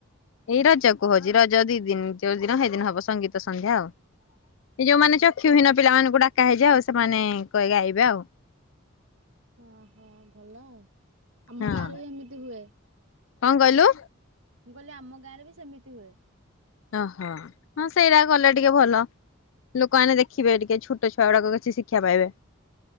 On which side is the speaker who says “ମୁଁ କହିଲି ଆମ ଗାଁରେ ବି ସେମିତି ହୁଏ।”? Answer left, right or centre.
Right